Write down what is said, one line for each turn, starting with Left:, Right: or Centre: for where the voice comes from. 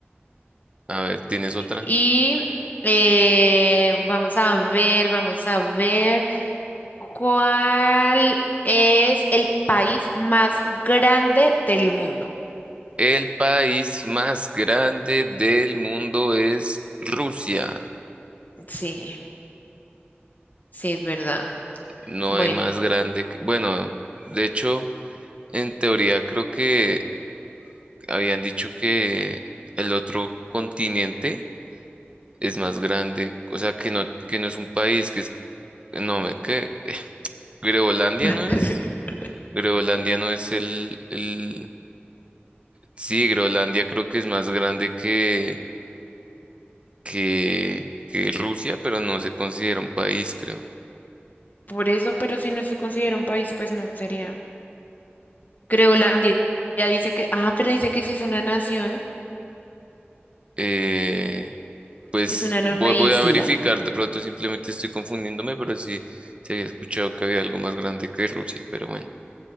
Right: A ver, ¿tienes otra?
Left: Y eh, vamos a ver, vamos a ver cuál es el país más grande del mundo.
Right: El país más grande del mundo es Rusia.
Left: Sí, sí, es verdad.
Right: No
Left: Bueno,
Right: hay más grande. que- Bueno, de hecho, en teoría creo que habían dicho que el otro continente es más grande. O sea, que no, que no es un país, que es... No, me- que Groenlandia,
Left: <laughs>
Right: ¿no es? Groenlandia no es el, el... Sí, Groenlandia creo que es más grande que, que, que Rusia, pero no se considera un país, creo.
Left: por eso, pero si no se considera un país, pues no sería. Groenlandia ya dice que, ah, pero dice que sí es una nación,
Right: Eh, pues
Left: es una enorme
Right: voy, voy
Left: isla.
Right: a verificar, de pronto simplemente estoy confundiéndome, pero sí, se había escuchado que había algo más grande que Rusia, pero bueno.